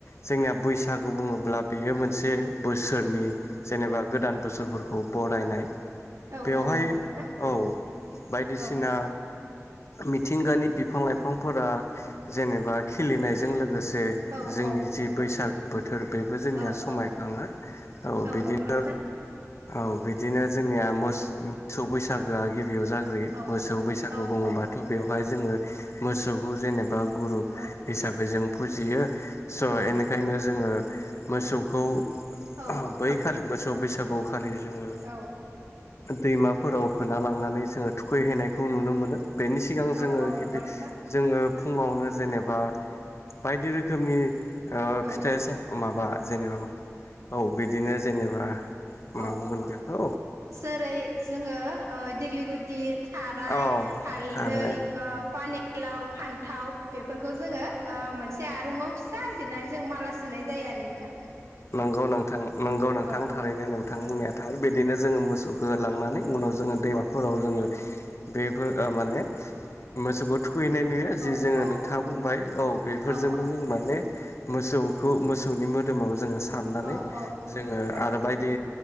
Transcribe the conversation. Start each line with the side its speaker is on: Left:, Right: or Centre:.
Left: जोंनिया बैसागु बुङोब्ला बेयो मोनसे बोसोरनि जेनेबा गोदान बोसोरफोरखौ बरायनाय
Right: औ
Left: बेवहाय
Right: औ नंगौ नोंथां
Left: औ बायदिसिना
Right: औ
Left: मिथिंगानि बिफां-लाइफांफोरा जेनेबा खिलिनायजों लोगो से
Right: औ
Left: जोंनि
Right: औ
Left: जि बैसागो बो थोर बेबो जोंनिया
Right: औ
Left: समायखाङो
Right: औ
Left: ।औ बिदिनो
Right: नंगौ नोंथां
Left: औ बिदिनो जोंनिया मोसौ बैसागोआ गिबियाव जाग्रोयो।
Right: औ
Left: मोसौ बैसा
Right: औ
Left: बुङोबाथ'
Right: औ
Left: बेवहाय जोङो मोसौखौ जेनेबा गुरु
Right: औ
Left: हिसाबै जों फुजियो स' एनिखायनो जोङो मोसौखौ ।
Right: औ
Left: बै खालि मोसौ बैसागु खालि जोङो
Right: औ
Left: दैमाफोराव होना लांनानै जोङो थुखैहैनायखौ नुनो मो बेनि सिगां जोङो
Right: औ औ
Left: गिबि
Right: नंगौ नोंथां
Left: जोङो फुङावनो जेनेबा बायदि रोखोमनि ओ
Right: औ
Left: फिथाइ ओ माबा जेनेबा औ बिदिनो जेनेबा मा
Right: औ
Left: बुंगोन बेखौ
Right: जेरै जोङो ओ दिग्लि गुटि थाराय,
Left: औ
Right: हालदै
Left: थारै
Right: ओ पानिलाव, फान्थाव बेफोरखौ जोङो ओ मोनसे आरूङाव फिसा जिरनानै जों माला सुनाय जायो आरो नोंथां।
Left: नंगौ नोंथां नंगौ नोंथां
Right: औ
Left: थारैनो नोंथां
Right: औ
Left: बुंनाया थार बिदिनो जोङो मो सौखौ लांनानै
Right: औ
Left: उनाव जोङो दैमाफोराव जोङो
Right: औ
Left: बेफोर ओ माने मोसौखौ थुखैनाय नुयो जि
Right: औ
Left: जोङो
Right: औ
Left: नोंथाङा बुंबाय औ बेफोरजोंनो
Right: औ
Left: जों माने मोसौखौ मोसौनि मोदोमाव जोङो सारनानै
Right: औ औ
Left: जोङो
Right: औ
Left: आरो बायदि